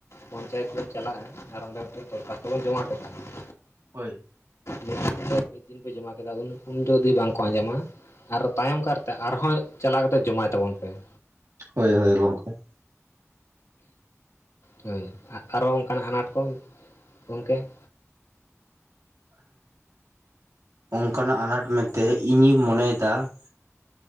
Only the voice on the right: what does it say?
ᱦᱳᱹᱭ ᱾
ᱦᱳᱹᱭ ᱦᱳᱹᱭ ᱜᱚᱢᱠᱮ ᱾
ᱚᱱᱠᱟ ᱟᱜ ᱟᱱᱟᱴ ᱢᱮᱱᱛᱮ ᱤᱧᱤᱧ ᱢᱚᱱᱮᱭᱮᱫᱟ ᱾